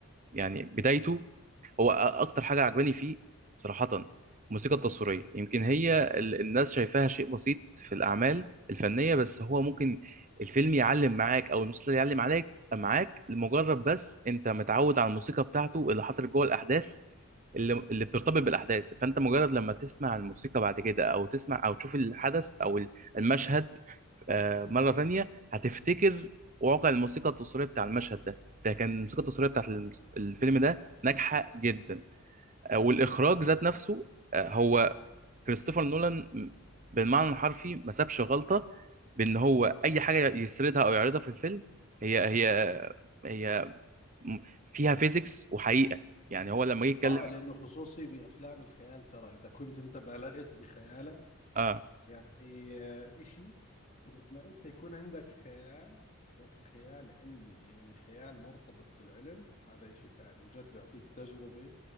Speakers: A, on the right (about 35°); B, on the left (about 35°).
A: يعني بدايته هو أ- اكتر حاجه عجباني فيه صراحه الموسيقى التصويريه يمكن هي ال- الناس شايفاها شيء بسيط في الاعمال الفنيه بس هو ممكن الفيلم يعلم معاك او المسلسل يعلم عليك معاك لمجرد بس انت متعود على الموسيقى بتاعته اللي حصلت جوه الاحداث اللي اللي بترتبط بالاحداث فانت مجرد لما تسمع الموسيقى بعد كده او تسمع او تشوف الحدث او ال- المشهد آه، مره تانية هتفتكر واقع الموسيقى التصويريه بتاع المشهد ده فكان الموسيقى التصويريه بتاعت الم- الفيلم ده ناجحه جدا آه، والاخراج ذات نفسه آه، هو كريستوفر نولان بالمعنى الحرفي ما سابش غلطه بان هو اي حاجه يسردها او يعرضها في الفيلم هي هي هي م- فيها فيزيكس وحقيقه يعني هو لما جه يتكلم
B: اه لانه خصوصي بافلام الخيال ترى اذا كنت انت بالغت بخيالك
A: اه
B: يعني آه، إشي ولما أنت يكون عندك خيال بس خيال علمي يعني خيال مرتبط في العلم هذا إشي ثاني جد بيعطيك تجربة